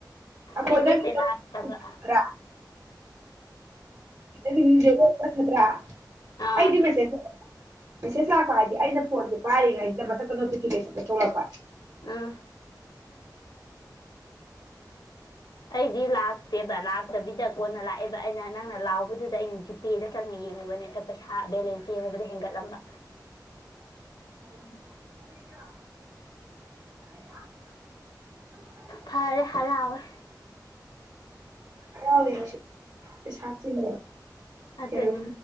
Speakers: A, on the right; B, on the left.
A: ꯑꯩꯈꯣꯏ
B: ꯃꯤꯁꯦꯁꯂ
A: ꯅꯪꯒꯤꯗꯣ
B: ꯍꯥꯏꯥꯛꯇꯕ
A: ꯈꯔ <inaudible> ꯈꯗ꯭ꯔꯥ
B: ꯑꯥ
A: ꯑꯩꯗꯤ ꯃꯁꯦꯁ ꯃꯦꯁꯦꯁ ꯂꯥꯛꯄ ꯍꯥꯏꯗꯤ ꯑꯩꯅ ꯐꯣꯟꯁꯦ ꯄꯥꯏꯔꯤꯉꯩꯁꯤꯗ ꯃꯊꯪꯗ ꯅꯣꯇꯤꯐꯤꯀꯦꯁꯟꯗ ꯊꯣꯛꯂꯛꯄ
B: ꯑꯥ ꯑꯩꯗꯤ ꯂꯥꯛꯇꯦꯕ ꯂꯥꯛꯇꯕꯤꯗ ꯀꯣꯟꯅ ꯂꯥꯛꯑꯦꯕ ꯑꯩꯅ ꯅꯪꯅ ꯂꯥꯎꯕꯗꯨꯗ ꯑꯩꯅ ꯖꯤꯄꯦꯗ ꯆꯪꯅ ꯌꯦꯡꯉꯨꯕꯅꯦ ꯄꯩꯁꯥ ꯕꯦꯂꯦꯟꯁ ꯌꯦꯡꯉꯨꯕꯗ ꯍꯦꯟꯒꯠꯂꯝꯕ
A: ꯑꯣ
B: ꯐꯔꯦ ꯍꯔꯋꯦ
A: ꯍꯁ ꯁꯥ ꯆꯤꯟ
B: ꯑꯗꯨꯅꯤ
A: ꯂꯩꯕ